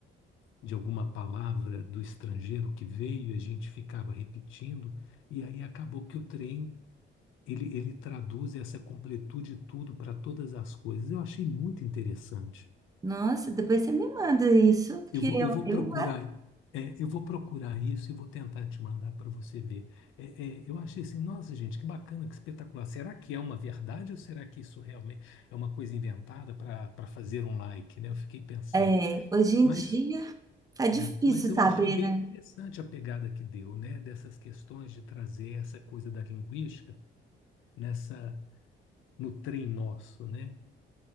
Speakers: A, on the left (about 85°); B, on the right (about 20°).
A: de alguma palavra do estrangeiro que veio, a gente ficava repetindo, e aí acabou que o trem, ele, ele traduz essa completude tudo para todas as coisas. Eu achei muito interessante.
B: Nossa, depois você me manda isso, porque
A: Eu vou,
B: eu,
A: eu vou
B: eu
A: procurar, é, eu vou procurar isso e vou tentar te mandar para você ver. É, é, eu achei assim, nossa, gente, que bacana, que espetacular. Será que é uma verdade ou será que isso realmente é uma coisa inventada para para fazer um like, né? Eu fiquei pensando.
B: é, hoje em
A: Mas,
B: dia tá difícil
A: é, mas eu
B: saber,
A: achei bem
B: né?
A: interessante a pegada que deu, né? Dessas questões de trazer essa coisa da linguística nessa no trem nosso, né?